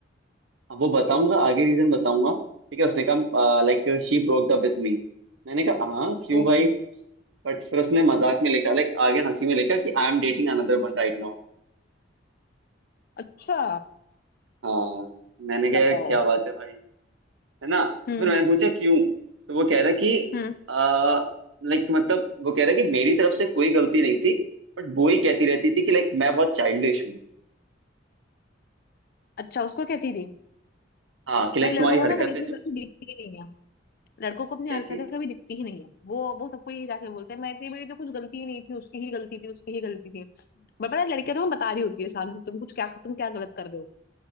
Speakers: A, on the right; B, on the left.
A: अब वो बताऊंगा आगे रीजन बताऊंगा ठीक है उसने कहा like she broke up with me मैंने कहा हाँ क्यों
B: ओके
A: भाई बट फिर उसने मजाक में लिखा लाइक आगे हंसी में लिखा कि I am dating another one right now
B: अच्छा
A: हाँ मैंने कहा
B: बताओ
A: क्या बात है भाई है ना
B: हम्म
A: तो फिर मैंने पूछा क्यों तो वो कह रहा कि
B: हम्म
A: आ, लाइक मतलब वो कह रहा कि मेरी तरफ से कोई गलती नहीं थी बट वो ही कहती रहती थी कि लाइक मैं बहुत चाइल्डिश हूँ
B: अच्छा उसको कहती थी
A: हाँ कि लाइक
B: भाई लड़कों
A: तुम्हारी हरकत
B: को ना कभी अपनी
A: है जो
B: गलती दिखती ही नहीं है लड़कों को अपनी
A: क्या
B: हरकतें
A: चीज
B: कभी दिखती ही नहीं है वो वो सबको ये जाके बोलते हैं मैं थी मेरी तो कुछ गलती ही नहीं थी उसकी ही गलती थी उसकी ही गलती थी बट पता है लड़कियां तुम्हें बता रही होती है सामने से तुम कुछ क्या तुम क्या गलत कर रहे हो